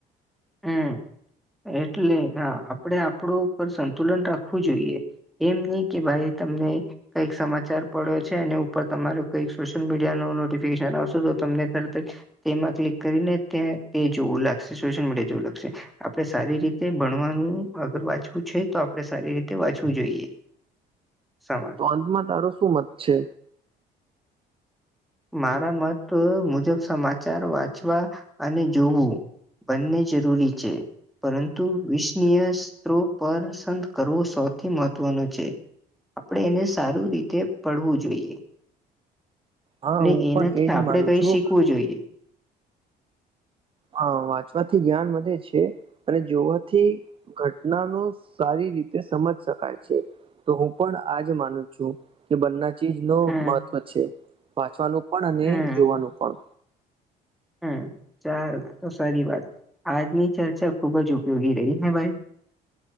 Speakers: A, in the centre; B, on the right.
A: હમ્મ એટલે હા આપડે આપડો ઉપર સંતુલન રાખવું જોઈએવ એમ નહી કે ભાઈ તમને કઈક સમાચાર પડ્યો છે એ ઉપર તમારું કઈક સોશિયલ મીડિયા નુ નોટિફિકેશન આવશે તો તમને તરત જ તેમાં ક્લિક કરીને ત્યાં તે જોવું લાગશે સોશિયલ મીડિયા જેવું લાગશે. આપડે સારી રીતે ભણવાનું અગર વાંચવું છે તો આપણે સારી રીતે વાંચવું જોઈએ. <unintelligible>
B: <unintelligible> તારો શું મત છે
A: મારા મત મુજબ સમાચાર વાંચવા અને જોવું બંને જરૂરી છે. પરંતુ વિશનીય સ્ત્રો પસંદ કરવો સૌથી મહત્વનું છે. આપણેે એને સારું રીતે પડવું જોઈએ.
B: હા
A: ને
B: હું
A: એનાથી
B: પણ એજ
A: આપડે
B: માનું
A: કઈ
B: છું
A: શીખવું જોઈએ.
B: હા વાંચવાથી જ્ઞાન વધે છે અને જોવાથી ઘટના નો સારી રીતે સમજ શકાય છે. તો હું પણ આજ માનું છું. કે બંના ચીજ નુ
A: હમ
B: મહત્વ છે વાંચવાનું પણ અને
A: હમ
B: જોવાનું પણ
A: હમ ચાલ તો સારી વાત આજની ચર્ચા ખુબ જ ઉપયોગી રહી હે ભાઈ.